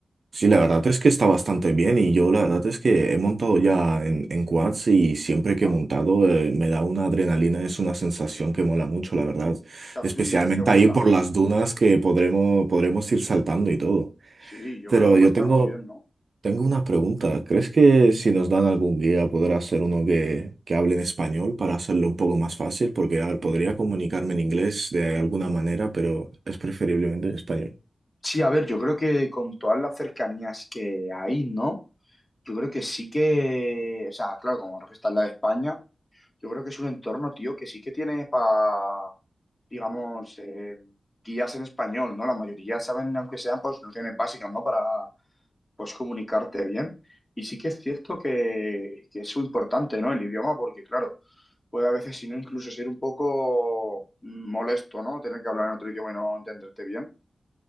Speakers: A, on the right (about 65°); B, on the left (about 25°).
A: Sí, la verdad es que está bastante bien y yo la verdad es que he montado ya en, en quads y siempre
B: Ajá.
A: que he montado
B: O
A: eh, me da una adrenalina, es una sensación que mola mucho, la verdad,
B: sea,
A: especialmente
B: tú dirías que te gusta,
A: ahí por
B: ¿no?
A: las dunas que podremos, podremos ir saltando y todo.
B: Sí, yo
A: Pero
B: creo que puede
A: yo
B: estar
A: tengo,
B: muy bien, ¿no?
A: tengo una pregunta, ¿crees que si nos dan algún guía podrá ser uno que, que hable en español para hacerlo un poco más fácil? Porque, a ver, podría comunicarme en inglés de alguna manera, pero es preferiblemente en español.
B: Sí, a ver, yo creo que con todas las cercanías que hay, ¿no? Yo creo que sí que, o sea, claro, como Marruecos está en la de España, yo creo que es un entorno, tío, que sí que tiene para, digamos, eh, guías en español, ¿no? La mayoría saben, aunque sean, pues, nociones básicas, ¿no? Para, pues comunicarte bien. Y sí que es cierto que, que es muy importante, ¿no? El idioma, porque claro, puede a veces, si no, incluso ser un poco mm, molesto, ¿no? Tener que hablar en otro idioma y no entenderte bien.